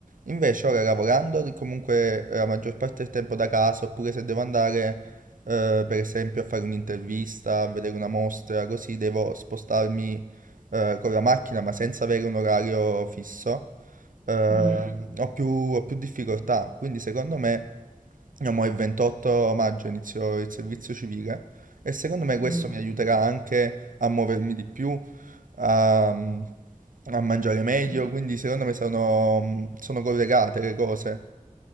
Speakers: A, on the right; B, on the left.
A: Invece ora lavorando comunque eh, la maggior parte del tempo da casa, oppure se devo andare eh, per esempio a fare un'intervista, a vedere una mostra, così devo spostarmi eh, con la macchina ma senza avere un orario fisso, eh,
B: mm,
A: ho più, ho più difficoltà. Quindi secondo me, io mo il 28 maggio inizio il servizio civile e secondo me questo
B: mm,
A: mi aiuterà anche a muovermi di più, a, a mangiare meglio,
B: sì.
A: quindi secondo me sono, sono collegate le cose.